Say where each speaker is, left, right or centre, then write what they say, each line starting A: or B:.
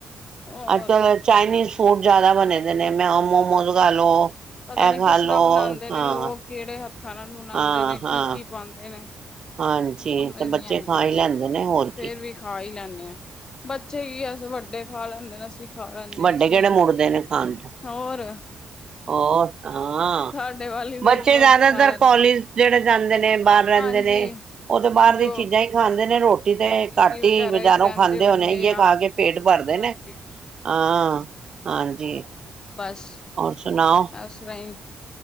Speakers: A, on the left; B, on the right.
A: <unintelligible>
B: ਅੱਜ ਕਲ ਚਾਈਨੀਜ਼ ਫੂਡ ਜ਼ਿਆਦਾ ਬਣੇ ਦੇ ਨੇ ਮ ਮੋਮੋਜ਼ ਖਾ ਲਓ।
A: ਪਤਾ
B: ਐ
A: ਨੀ
B: ਖਾਲੋ
A: ਕਿਸ ਤਰ੍ਹਾਂ ਬਣਾਉਂਦੇ ਨੇ
B: ਹਾਂ।
A: ਲੋਕ ਕਿਹੜੇ ਹੱਥਾਂ ਨਾਲ ਬਨਾਉਂਦੇ
B: ਹਾਂ
A: ਨੇ
B: ਹਾਂ
A: ਕੀ ਕੀ ਪਾਉਂਦੇ ਨੇ।
B: ਹਾਂਜੀ
A: ਸਮਝ
B: ਤੇ
A: ਨਹੀਂ
B: ਬੱਚੇ
A: ਆਉਂਦੀ
B: ਖਾ ਹੀ ਲੈਂਦੇ ਨੇ ਹੋਰ
A: ਫੇਰ
B: ਕੀ।
A: ਵੀ ਖਾ ਹੀ ਲੈਂਦੇ ਹਾਂ ਬੱਚੇ ਕੀ ਅਸੀਂ ਵੱਡੇ ਵਡੇ ਖਾ ਲੈਂਦੇ ਨੇ, ਅਸੀਂ ਖਾ ਲੈਂਦੇ
B: ਵੱਡੇ
A: ਹਾਂ। ਅਸੀਂ
B: ਕਿਹੜੇ ਮੁੜਦੇ ਨੇ ਖਾਣ ਤੋਂ
A: ਹੋਰ,
B: ਹੋਰ ਹਾਂ
A: ਸਾਡੇ ਵਾਲੀ ਦੇਖਲੋ
B: ਬੱਚੇ ਜ਼ਿਆਦਾਤਰ
A: ਅਸੀਂ ਖਾ ਲੈਂਦੇ
B: ਕੋਲਜ
A: ਹਾਂ
B: ਜਿਹੜੇ ਜਾਂਦੇ ਨੇ। ਬਾਰ ਰਹਿੰਦੇ
A: ਹਾਂਜੀ
B: ਨੇ। ਉਹ ਤੇ ਬਾਰ
A: ਜੋ
B: ਦੀ ਚੀਜ਼ਾਂ ਈ ਖਾਂਦੇ ਨੇ, ਰੋਟੀ ਤੇ
A: ਪੀਜੀ
B: ਘੱਟ
A: ਵਗੈਰਾ
B: ਈ ਬਜ਼ਾਰੋਂ
A: ਵਿੱਚ ਰਹਿੰਦੇ
B: ਖਾਂਦੇ
A: ਹੋਣਗੇ
B: ਹੋਣੇ, ਇ
A: ਜਾਂ
B: ਖਾ ਕੇ ਪੇਟ ਭਰਦੇ
A: ਹਾਂਜੀ
B: ਨੇ। ਹਾਂ
A: ਹਾਂਜੀ
B: ਹਾਂਜੀ।
A: ਬਸ।
B: ਹੋਰ ਸੁਣਾਓ।
A: ਇਸਰਾ ਈ